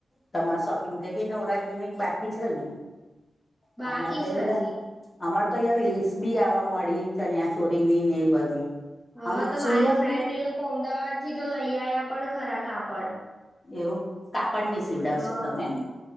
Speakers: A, on the left; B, in the centre.
A: તમાર શોપિંગ થઈ ગઈ નવરાત્રીની કે બાકી છે હજુ.
B: બાકી
A: હમારે તો
B: છે
A: એ બધા
B: હજી
A: અમારે તો યાર રીલ્સ બી આવા માંડી ચણિયા ચોરીની ને એ બધી.
B: હા
A: આમ
B: તો મારી
A: સુરતમાં
B: ફ્રેન્ડ ને લોકો અમદાવાદથી તો લઈ આયા પણ ખરા કાપડ.
A: એવું કાપડની સીવડાવશો
B: હા
A: તમે એમ.